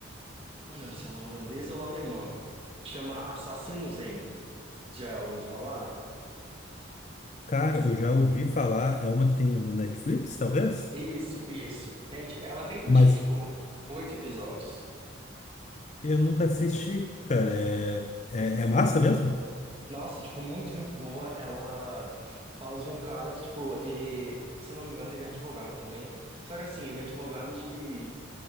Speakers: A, on the right (about 30°); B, on the left (about 35°).
A: Não lembro se ela é holandesa ou alemã. Chama Assassino Zen. Já ouvi falar?
B: Cara, eu já ouvi falar, é uma que tem no Netflix, talvez,
A: Isso, isso. Tem, tipo, ela é bem curtinha,
B: mas
A: tipo, oito episódios.
B: eu nunca assisti, cara. É, é, é massa mesmo?
A: Nossa, tipo, muito, muito boa. Ela fala de um cara que, tipo, ele, se eu não me engano, ele é advogado também. Só que assim, ele é advogado de